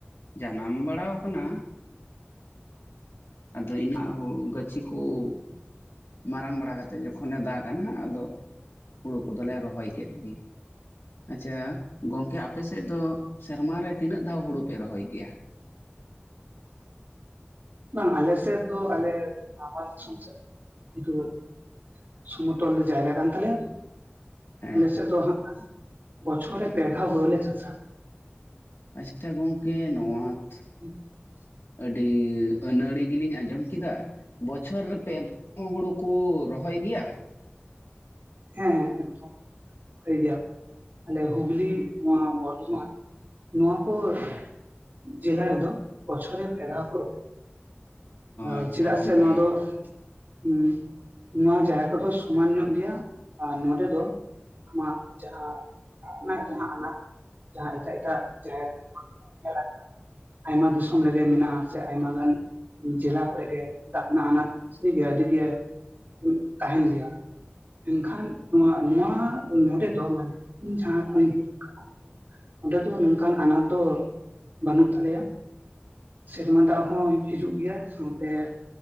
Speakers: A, on the left; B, on the right.
A: ᱡᱟᱱᱟᱢ ᱵᱟᱲᱟᱣ ᱟᱠᱟᱱᱟ ᱾ ᱟᱫᱚ ᱤᱱᱟᱹᱜ ᱦᱩᱲᱩ ᱜᱟᱹᱪᱷᱤ ᱠᱚ ᱼᱼ ᱢᱟᱨᱟᱝ ᱵᱟᱲᱟ ᱠᱟᱛᱮᱫ ᱡᱚᱠᱷᱚᱱᱮ ᱫᱟᱜᱟ ᱱᱟᱜ ᱟᱫᱚ ᱼᱼ ᱦᱩᱲᱩ ᱠᱚᱫᱚ ᱞᱮ ᱨᱚᱦᱚᱭ ᱠᱮᱫ ᱜᱮ ᱾ ᱟᱪᱪᱷᱟ ᱜᱚᱝᱠᱮ ᱟᱯᱮ ᱥᱮᱫ ᱫᱚ ᱥᱮᱨᱢᱟᱨᱮ ᱛᱤᱱᱟᱹᱜ ᱫᱷᱟᱣ ᱦᱩᱲᱩ ᱯᱮ ᱨᱚᱦᱚᱭ ᱜᱮᱭᱟ?
B: ᱵᱟᱝ ᱟᱞᱮ ᱥᱮᱫ ᱫᱚ ᱟᱞᱮ ᱱᱟᱢᱟᱞ ᱫᱤᱥᱚᱢ ᱥᱮᱫ ᱫᱚ <unintelligible> ᱥᱚᱢᱚᱛᱚᱞ ᱡᱟᱭᱜᱟ ᱠᱟᱱ ᱛᱟᱞᱮᱭᱟ ᱛᱚ ᱾
A: ᱦᱮᱸ
B: ᱟᱞᱮ ᱥᱮᱫ ᱫᱚ ᱦᱟᱸᱜ ᱵᱚᱪᱷᱚᱨ ᱨᱮ ᱯᱮ ᱫᱷᱟᱣ ᱦᱩᱲᱩ ᱞᱮ ᱪᱟᱥᱟ ᱾
A: ᱟᱪᱪᱷᱟ ᱜᱚᱝᱠᱮ ᱱᱚᱣᱟᱛ
B: <unintelligible>
A: ᱟᱹᱰᱤ ᱟᱹᱱᱟᱲᱤ ᱜᱮᱞᱤᱧ ᱟᱸᱡᱚᱢ ᱠᱮᱫᱟ᱾ ᱵᱚᱪᱷᱚᱨ ᱨᱮ ᱯᱮ <unintelligible> ᱦᱩᱲᱩ ᱠᱩ ᱨᱚᱦᱚᱭ ᱜᱮᱭᱟ?
B: ᱦᱮᱸ ᱦᱮᱸ ᱮᱠᱫᱚᱢ ᱨᱚᱦᱚᱭ ᱜᱮᱭᱟ ᱠᱚ᱾ ᱟᱞᱮ ᱦᱩᱜᱽᱞᱤ ᱱᱚᱣᱟ ᱵᱚᱨᱫᱷᱚᱢᱟᱱ ᱱᱚᱣᱟ ᱠᱚ ᱼᱼ ᱡᱮᱞᱟ ᱨᱮᱫᱚ ᱵᱚᱪᱷᱚᱨ ᱨᱮ ᱯᱮ ᱫᱷᱟᱣ ᱠᱚ ᱨᱚᱦᱚᱭᱟ ᱾ ᱚ
A: ᱟᱪᱪᱷᱟ
B: ᱪᱮᱫᱟᱜ
A: ᱜᱚᱝᱠᱮ
B: ᱥᱮ ᱱᱚᱣᱟ ᱫᱚ ᱼᱼ ᱩᱸ ᱱᱚᱣᱟ ᱡᱟᱭᱜᱟ ᱠᱚᱫᱚ ᱥᱚᱢᱟᱱ ᱧᱚᱜ ᱜᱮᱭᱟ ᱟᱨ ᱱᱚᱰᱮ ᱫᱚ ᱼᱼ ᱟᱢᱟᱜ ᱡᱟᱦᱟᱸ ᱫᱟᱜ ᱨᱮᱱᱟᱜ ᱡᱟᱦᱟᱸ ᱟᱱᱟᱴ ᱼᱼ ᱡᱟᱦᱟᱸ ᱮᱴᱟᱜ ᱮᱴᱟᱜ ᱡᱟᱭᱜᱟ ᱠᱚᱨᱮ ᱵᱚᱱ ᱧᱮᱞ ᱟᱠᱟᱫᱟ ᱼᱼ ᱟᱭᱢᱟ ᱫᱤᱥᱚᱢ ᱞᱮᱜᱮ ᱢᱮᱱᱟᱜᱼᱟ ᱥᱮ ᱟᱭᱢᱟ ᱜᱟᱱ ᱼᱼ ᱡᱮᱞᱟ ᱠᱚᱨᱮ ᱜᱮ ᱫᱟᱜ ᱨᱮᱱᱟᱜ ᱟᱱᱟᱴ ᱥᱟᱹᱨᱤᱜᱮ ᱟᱹᱰᱤᱜᱮ ᱦᱩᱭᱩᱜ ᱛᱟᱦᱮᱱ ᱜᱮᱭᱟ᱾ ᱢᱮᱱᱠᱷᱟᱱ ᱱᱚᱣᱟ ᱱᱚᱣᱟ ᱱᱚᱸᱰᱮ ᱫᱚ ᱢᱟᱱᱮ ᱤᱧ ᱡᱟᱦᱟᱸ ᱠᱷᱚᱱᱤᱧ ᱦᱤᱡᱩᱜ ᱼᱼ ᱚᱸᱰᱮ ᱫᱚ ᱱᱚᱝᱠᱟᱱ ᱟᱱᱟᱴ ᱫᱚ ᱵᱟᱹᱱᱩᱜ ᱛᱟᱞᱮᱭᱟ᱾ ᱥᱮᱨᱢᱟ ᱫᱟᱜ ᱦᱚᱸ ᱦᱤᱡᱩᱜ ᱜᱮᱭᱟ᱾ ᱥᱟᱶᱛᱮ ᱼᱼ